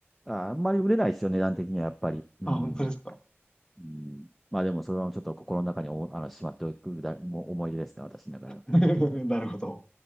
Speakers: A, in the centre; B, on the left.
A: ああんまり売れないですよ、値段的にはやっぱり。
B: <laughs>
A: うん。
B: あ、本当ですか。
A: うん、まあでもそれはちょっと心の中におあのしまっておくだもう思い出ですね、私の中では。
B: <laughs> なるほど。